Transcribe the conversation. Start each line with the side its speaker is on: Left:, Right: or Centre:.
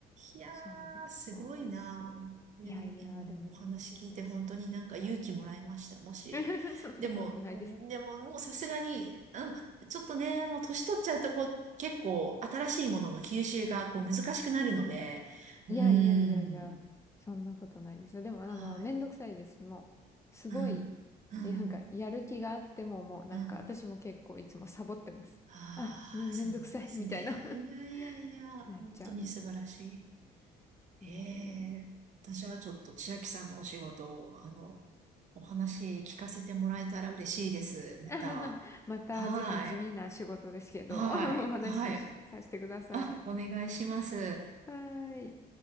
Right: いや
Left: そうです、
Right: ー、すごいなー。
Left: そうです。いやいや、
Right: いや、でも今のお話聞いて本当になんか勇気もらいました。
Left: でも全然です。
Right: もし。
Left: <laughs> そんなことないです。
Right: でも、でももうさすがに、うん、ちょっとね、もう年取っちゃうとこう、結構新しいものの吸収がこう難しくなるので、
Left: うんうん。いやいやいやいや、
Right: うーん、
Left: そんなことないですよ。でも、あの、
Right: はい。
Left: めんどくさいです。もう、すごい、
Right: うん、うん、
Left: えなんか、やる気があっても、もう、なんか、
Right: うん。
Left: 私も結構いつもサボってます。
Right: ああ、
Left: あ、め、めんどくさい、
Right: そうなんですね。
Left: みたいな
Right: いやいやいや、
Left: <laughs>
Right: 本当に素晴らしい。
Left: なっちゃうんで。
Right: へ
Left: いやいや。
Right: え、私はちょっと千秋さんのお仕事を、あの、お話聞かせてもらえたら嬉しいです。
Left: <laughs>
Right: また。
Left: また、
Right: はい。
Left: ぜひ地味な仕事ですけど、
Right: はい。
Left: <laughs> お話ししさせてください。
Right: はい。あ、お願いします。
Left: はーい。